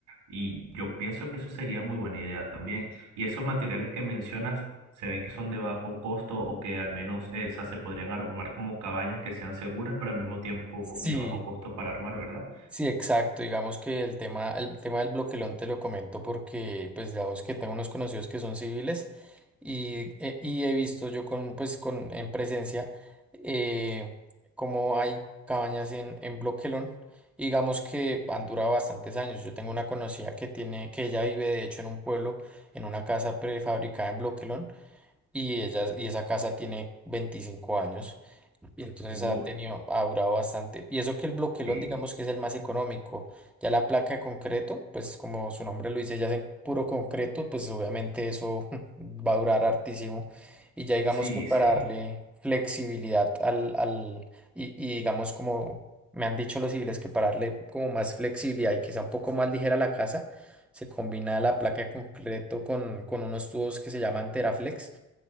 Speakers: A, on the right (about 85°); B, in the centre.
A: Y yo pienso que eso sería muy buena idea también. Y esos materiales que mencionas, se ven que son de bajo costo o que al menos, eh, o sea, se podrían armar como cabañas que sean seguras, pero al mismo tiempo
B: Sí.
A: de bajo costo para armar, ¿verdad?
B: Sí, exacto. Digamos que el tema, el tema del bloquelón te lo comento porque, pues, digamos que tengo unos conocidos que son civiles y, eh, y he visto yo con, pues, con, en presencia eh, cómo hay cabañas en, en bloquelón. y Digamos que han durado bastantes años. Yo tengo una conocida que tiene, que ella vive de hecho en un pueblo, en una casa prefabricada en bloquelón y ella, y esa casa tiene 25 años. Y entonces
A: Uh,
B: ha tenido, ha durado bastante. Y eso que el bloquelón,
A: Sí,
B: digamos que es el más económico. Ya la placa de concreto, pues como su nombre lo dice, ya es en puro concreto, pues obviamente eso <laughs> va a durar hartísimo. Y ya digamos
A: sí,
B: que para
A: sí,
B: darle flexibilidad al, al y, y digamos como me han dicho los civiles, que para darle como más flexibilidad y que sea un poco más ligera la casa, se combina la placa de concreto con, con unos tubos que se llaman Teraflex